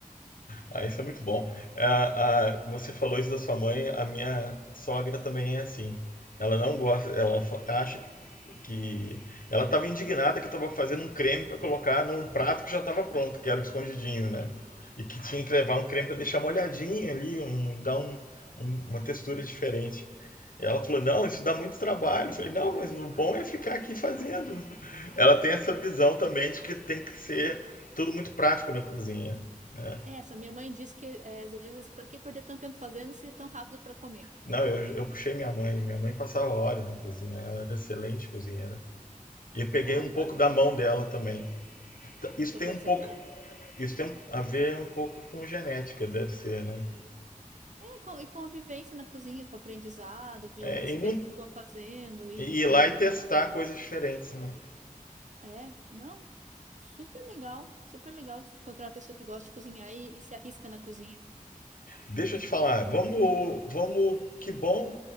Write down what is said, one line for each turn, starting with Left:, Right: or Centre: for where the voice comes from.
Left: Ah, isso é muito bom. Ah, ah, você falou isso da sua mãe, a minha sogra também é assim. Ela não gosta, ela fa- acha que. Ela estava indignada que eu estava fazendo um creme para colocar num prato que já estava pronto, que era o escondidinho, né? E que tinha que levar um creme para deixar molhadinho ali, um, dar um- um- uma textura diferente. Ela falou: Não, isso dá muito trabalho. Eu falei: Não, mas o bom é ficar aqui fazendo. Ela tem essa visão também de que tem que ser tudo muito prático na cozinha, né?
Right: É, só minha mãe disse que é, às vezes, para que perder tanto tempo fazendo se é tão rápido para comer?
Left: Não, eu, eu puxei minha mãe. Minha mãe passava horas na cozinha. Ela era excelente cozinheira. E eu peguei
Right: Ai,
Left: um pouco
Right: nossa,
Left: da
Right: que
Left: mão
Right: bom.
Left: dela também. T- Isso
Right: Tô
Left: tem
Right: percebendo.
Left: um pouco, isso tem um- a ver um pouco com genética, deve ser, né?
Right: É, e com, e com a vivência na cozinha, com o aprendizado, de
Left: É,
Right: você
Left: e, não,
Right: ver a pessoa fazendo e
Left: e
Right: experimentando.
Left: ir lá e testar coisas diferentes, né?
Right: É, não, super legal, super legal encontrar uma pessoa que gosta de cozinhar e e se arrisca na cozinha.
Left: Deixa eu te falar. Vamos, vamos. Que bom